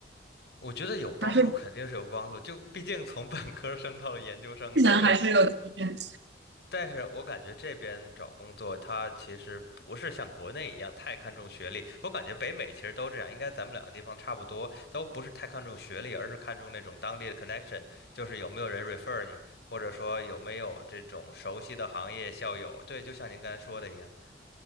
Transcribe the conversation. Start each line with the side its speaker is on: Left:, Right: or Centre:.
Left: 我觉得有帮助，
Right: 还是？
Left: 肯定是有帮助。就毕竟从本科生到了研究生，
Right: 技能还是有提升。
Left: 但是但是我感觉这边找工作，它其实不是像国内一样太看重学历。我感觉北美其实都这样，应该咱们两个地方差不多，都不是太看重学历，而是看重那种当地的 connection，就是有没有人 refer 你，或者说有没有这种熟悉的行业校友。对，就像您刚才说的一样，